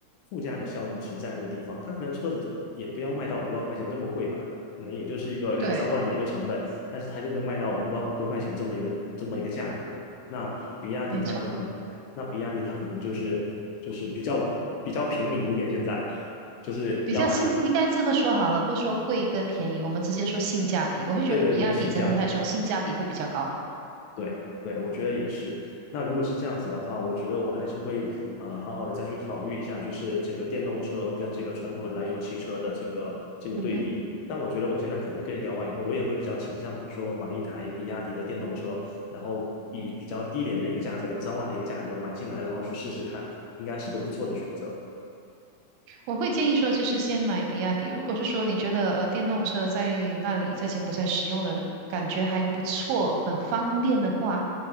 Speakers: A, on the left (about 75°); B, on the right (about 80°).
A: 附加的效应值在那个地方。它可能车子也不要卖到五万块钱这么贵吧，可能也就是一个两三万的一个成本，
B: 对，
A: 但是它就会卖到五万多块钱这么一个这么一个价格。那比亚迪它可能，
B: 没错。
A: 那比亚迪它可能就是就是比较比较平民一点，现在就是要拿
B: 比较性，应该这么说好了，不说贵跟便宜，我们直接说性价比。我会觉得比亚迪整体来说性价比会比较高。
A: 对对对，性价比，对对，我觉得也是。那如果是这样子的话，我觉得我还是会呃好好的再去考虑一下，就是这个电动车跟这个传统的燃油汽车的这个这个对比。
B: 嗯哼。
A: 但我觉得我现在可能跟你聊完以后，我也会比较倾向于说买一台比亚迪的电动车，然后以比较低廉的一个价格，两三万的一个价格买进来，然后去试试看，应该是个不错的选择。
B: 我会建议说，就是先买比亚迪。如果是说你觉得呃电动车在那里在柬埔寨使用的感觉还不错，很方便的话，